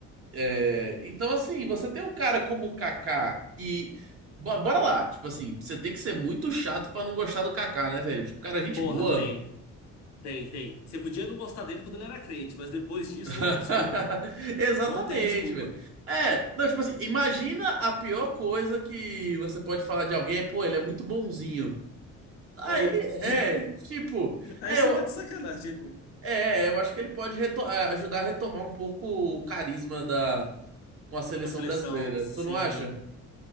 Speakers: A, on the right; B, on the left.
A: É, então, assim, você tem um cara como o Kaká que. Bo- Bora lá, tipo assim, você tem que ser muito chato pra não gostar do Kaká, né, velho? Tipo, cara, gente
B: Porra,
A: boa.
B: tem. Tem, tem. Você podia não gostar dele quando ele era crente, mas depois disso
A: <laughs>
B: não tem desculpa, pô.
A: Exatamente,
B: Não tem desculpa.
A: velho. É, não, tipo assim, imagina a pior coisa que você pode falar de alguém é, pô, ele é muito bonzinho. Aí,
B: É,
A: é, tipo,
B: aí
A: é,
B: você
A: eu,
B: tá de sacanagem, tipo,
A: é, eu acho que ele pode reto- ah, ajudar a retomar um pouco o carisma da, com a seleção
B: na seleção,
A: brasileira.
B: sim,
A: Tu não acha?